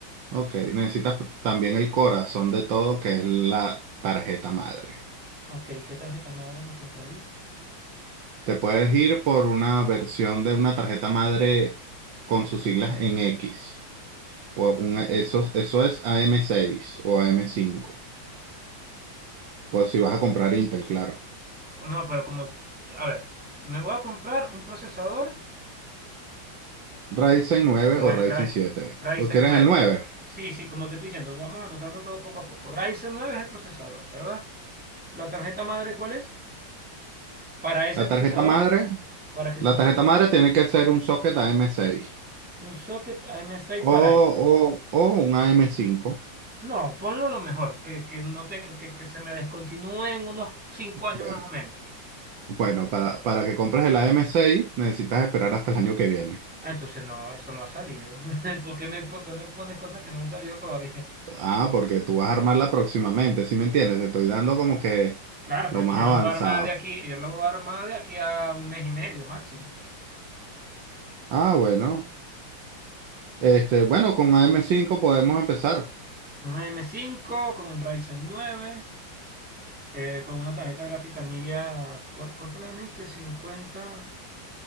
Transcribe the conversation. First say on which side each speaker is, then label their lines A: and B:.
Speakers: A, on the right; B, in the centre.
A: ok, necesitas pr- también el corazón de todo, que es la tarjeta madre.
B: Ok, ¿qué tarjeta madre me compraría?
A: Te puedes ir por una versión de una tarjeta madre con sus siglas en X. Por una, eso, eso es a M seis o a M cinco. Pues si vas a comprar Intel, claro.
B: No, pero como, a ver, me voy a comprar un procesador
A: Ryzen nueve
B: nue-
A: o Ryzen
B: Ra-
A: siete.
B: Ryzen
A: ¿O quieres
B: nueve.
A: el 9?
B: Sí, sí, como te estoy diciendo, vamos anotando todo poco a poco. Ryzen nueve es el procesador, ¿verdad? ¿La tarjeta madre cuál es? Para ese
A: La
B: procesador,
A: tarjeta madre,
B: para que soporte
A: la tarjeta
B: ese
A: madre
B: pro-
A: tiene que ser un socket a M seis.
B: un socket AM6
A: O,
B: para
A: o,
B: eso.
A: o un am cinco
B: No, ponlo lo mejor, que, que no tenga- que, que se me descontinúe en unos cinco años
A: Bueno,
B: más o menos.
A: bueno, para, para que compres el am seis necesitas esperar hasta el año que viene.
B: Ah, entonces no, eso no ha salido. <laughs> ¿Por qué me, por qué me pones cosas que no han salido todavía?
A: Ah, porque tú vas a armarla próximamente, ¿sí me entiendes? Te estoy dando como que
B: Claro,
A: lo
B: pero es
A: más
B: que yo
A: avanzado.
B: la voy a armar de aquí, yo la voy a armar de aquí a un mes y medio máximo.
A: Ah, bueno. Este, bueno, con am cinco podemos empezar.
B: Una M5 con un Ryzen 9, eh, con una tarjeta gráfica Nvidia, ¿cuál, cuál fue la que me diste? Cincuenta,